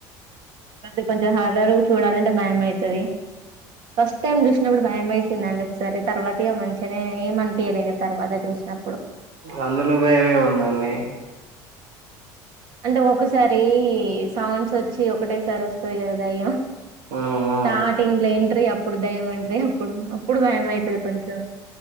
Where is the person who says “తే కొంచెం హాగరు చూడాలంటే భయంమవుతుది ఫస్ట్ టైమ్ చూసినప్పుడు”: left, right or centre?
Right